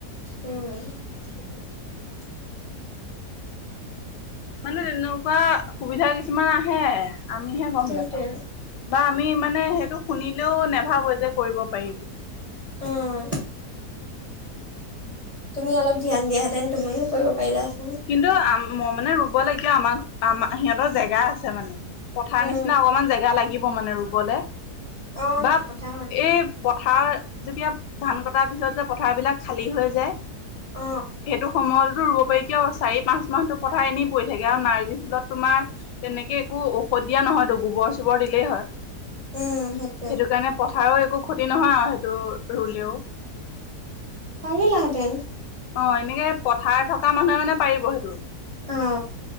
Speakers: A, on the right; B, on the left.
A: উম, <unintelligible>
B: মানে তেনেকুৱা সুবিধা কিছুমান আহে। আমিহে গম
A: সেইটোৱে
B: নেপাওঁ বা আমি মানে সেইটো শুনি লেও নেভাব যে কৰিব পাৰিম।
A: অহ। তুমি অলপ ধ্যান দিয়াহেঁতেন তুমিও কৰিব পাৰিলাহেতেন।
B: কিন্তু মই মানে হব লাগিয়া আমাৰ আমাৰ সিহঁতৰ জেগা আছে মানে, পথাৰ
A: উম
B: নিচিনা অকনমান জেগা লাগি লাগিব মানে ৰুবলে
A: অ সেইটো
B: বা
A: কথা হয়
B: এই পথাৰ যেতিয়া ধান কটাৰ পিছত যে পথাৰ বিলাক খালী হৈ যায়,
A: অ
B: সেইটো সময়তো ৰুব পাৰি কিয় চাৰি পাঁচ মাহতো পথাৰ এনেই পৰি থাকে আৰু নাৰ্জী ফুলত তোমাৰ তেনেকে একো ঔষধ দিয়া নহয়তো গোবৰ চোবৰ দিলেই হয়।
A: উম সেইটোৱে
B: সেইটো কাৰণে পথাৰৰ একো ক্ষতি নহয় আৰু সেইটো ৰুলেও।
A: পাৰিলা হেতেন
B: অ এনেকে পথাৰ থকা মানুহে মানে পাৰিব সেইটো
A: অ